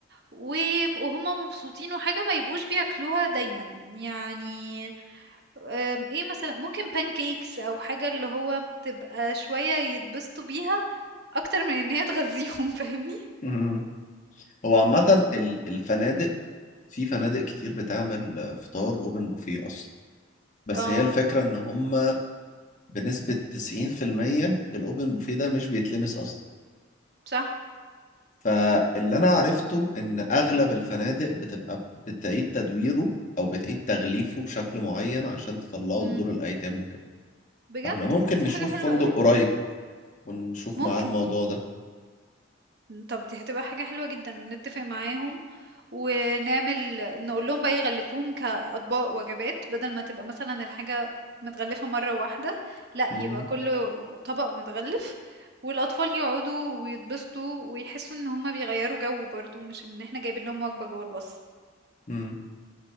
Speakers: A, on the right; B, on the left.
A: ويبقوا هُم مبسوطين وحاجة ما يبقوش بياكلوها دايمًا، يعني آمم إيه مثلًا ممكن pancakes أو حاجة اللي هو بتبقى شوية يتبسطوا بيها أكتر من إن هي تغذّيهم <laughs> فاهمني؟
B: امم هو عامة ال- الفنادق في فنادق كتير بتعمل آه، فطار أوبن بوفيه أصلا بس
A: آه،
B: هي الفكرة إن هم بنسبة 90% الأوبن بوفيه ده مش بيتلمس أصلا
A: صح،
B: فاللي انا عرفته ان اغلب الفنادق بتبقى بتعيد تدويره او بتعيد تغليفه بشكل معين عشان تطلعه
A: إمم،
B: لدور الايتام وكده
A: بجد؟
B: فاحنا ممكن
A: طَب دي
B: نشوف
A: حاجة حلوة
B: فندق
A: أوي،
B: قريب ونشوف
A: ممكن.
B: معاه الموضوع ده
A: طب دي هتبقى حاجة حلوة جدا نتفق معاهم ونعمل نقول لهم بقى يغلفوهم كأطباق وجبات بدل ما تبقى مثلا الحاجة متغلفة مرة واحدة لا
B: مم.
A: يبقى كل طبق متغلف والأطفال يقعدوا ويتبسطوا ويحسوا إن هما بيغيروا جو برضو مش إن احنا جايبين لهم وجبة جوه الباص
B: مم.